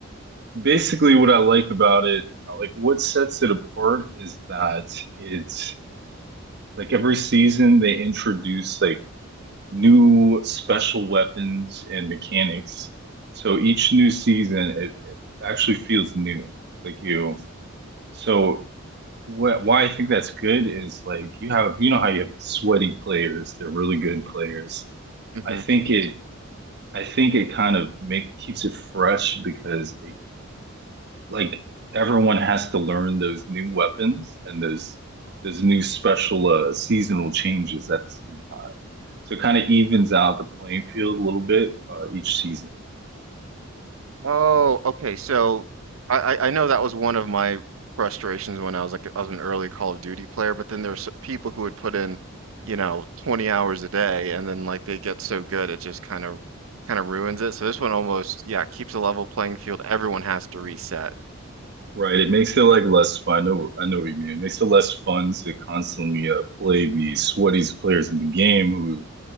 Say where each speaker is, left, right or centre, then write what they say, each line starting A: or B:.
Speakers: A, on the right; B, on the right.
A: basically what I like about it, uh, like what sets it apart is that it's like every season they introduce like new special weapons and mechanics. So each new season it, it actually feels new. Like you so what why I think that's good is like you have you know how you have sweaty players, they're really good players.
B: hmm
A: I think it I think it kind of make keeps it fresh because it like everyone has to learn those new weapons and those those new special uh, seasonal changes at the same time. So it kind of evens out the playing field a little bit uh, each season,
B: Oh, okay. So I, I I know that was one of my frustrations when I was like I was an early Call of Duty player, but then there's people who would put in, you know, 20 hours a day, and then like they get so good it just kind of kind of ruins it. So this one almost, yeah, keeps a level playing field. Everyone has to reset.
A: right? It makes it like less fun. I know, I know what you mean. It makes it less fun to constantly uh, play the sweatiest players in the game who